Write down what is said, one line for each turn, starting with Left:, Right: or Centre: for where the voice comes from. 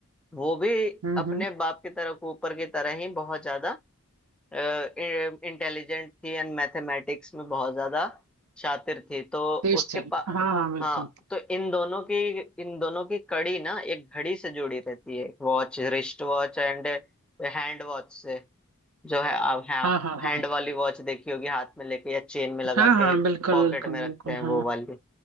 Centre: वो भी
Right: हम्म
Centre: अपने
Right: हम्म
Centre: बाप की तरह ऊपर की तरह ही बहुत ज्यादा इंटेलिजेंट थी एंड मैथमेटिक्स में बहुत ज्यादा शातिर थी तो
Right: तेज
Centre: उसके
Right: थे
Centre: पा
Right: हाँ हाँ बिल्कुल
Centre: हाँ तो इन दोनों की इन दोनों की कड़ी ना एक घड़ी से जुड़ी रहती है एक watch wrist watch and hand watch से जो है आप हाँ
Right: हाँ हाँ
Centre: हैंड
Right: हाँ
Centre: वाली वॉच देखी होगी हाथ में लेके या चेन में लगा
Right: हाँ हाँ
Centre: के
Right: बिल्कुल
Centre: पॉकेट
Right: बिल्कुल
Centre: में रखते
Right: बिल्कुल
Centre: हैं
Right: हाँ
Centre: वो वाली